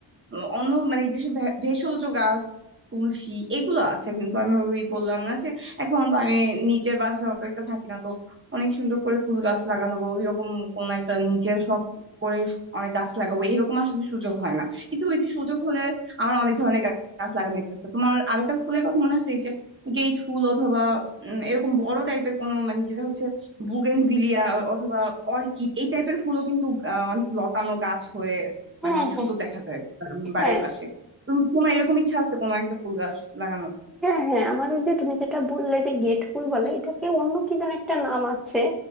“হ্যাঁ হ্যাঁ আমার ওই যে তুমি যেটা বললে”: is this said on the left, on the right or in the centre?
Centre